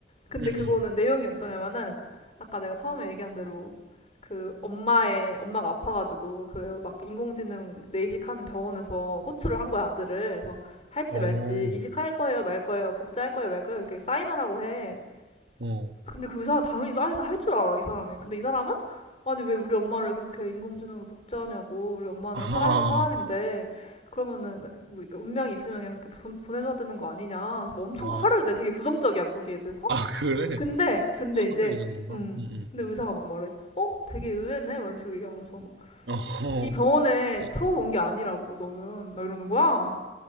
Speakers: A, on the left; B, on the right.
A: 근데
B: 응,
A: 그거는
B: 응.
A: 내용이 어떠냐면은 아까 내가 처음에 얘기한 대로 그 엄마의 엄마가 아파가지고 그 막 인공지능 뇌이식하는 병원에서 호출을 한 거야 아들을 그래서 할지
B: 어,
A: 말지
B: 오
A: 이식할 거예요 말 거예요 복제할 거예요 말 거예요 이렇게 사인하라고 해
B: 어, 어.
A: 근데 그 사람 당연히 사인을 할 줄 알아 이 사람이 근데 이 사람은 아니 왜 우리 엄마를 그렇게 인공지능으로 복제하냐고 우리 엄마는
B: 아,
A: 살아있는 사람인데 그러면은 뭐 운명이 있으면 그냥 그렇게 보- 내줘야 되는 거 아니냐 그래서 뭐 엄청
B: 아,
A: 화를 내 되게 부정적이야 거기에 대해서
B: 아, 그래?
A: 근데 근데
B: 화를
A: 이제
B: 이 정도인가?
A: 음
B: 응, 응.
A: 근데 의사가 막 말해 어 되게 의외네 막 이런 식으로 얘기하면서 막
B: 어,
A: 이 병원에
B: 어.
A: 처음 온 게 아니라고 너는 막 이러는 거야